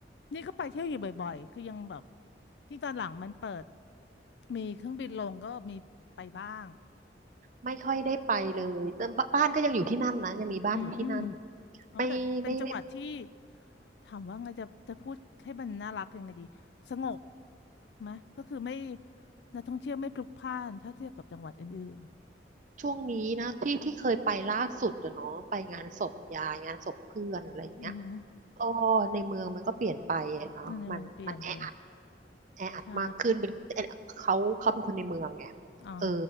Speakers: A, on the left; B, on the right.
A: นี่ก็ไปเที่ยวอยู่บ่อยๆคือยังแบบที่ตอนหลังมันเปิดมีเครื่องบินลงก็มีไปบ้าง
B: ไม่ค่อยได้ไปเลยแต่บบ้านก็ยังอยู่ที่นั่นนะยังมีบ้านอยู่ที่นั่น
A: อืมอ๋อแต่เป็นจังหวัดที่
B: ไม่ไม่ไม่
A: ถามว่าไงจะจะพูดให้มันน่ารักยังไงดีสงบไหมก็คือไม่นักท่องเที่ยวไม่พลุกพล่านถ้าเทียบกับจังหวัดอื่น
B: ช่วงนี้นะที่ที่เคยไปล่าสุดอะเนาะไปงานศพยายงานศพเพื่อนอะไรอย่างเงี้ย
A: ๆอือหือ
B: ก็ในเมืองมันก็เปลี่ยนไปอะเนาะมันมันแออัด
A: ในเมืองเปลี่ยนอยู่
B: แออัดมากขึ้นเป็นเอ่อเขาเขาเป็นคนในเมืองไง
A: ใช่ อ๋อ
B: เออ